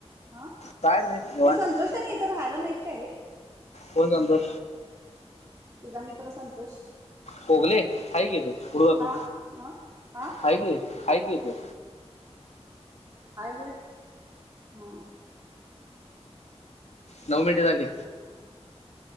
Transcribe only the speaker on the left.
काय नाही निवांत
कोण जातो
कोगले हाय की तू पुढं जातो
हाय की हाय की तू
नऊ मिनट झाली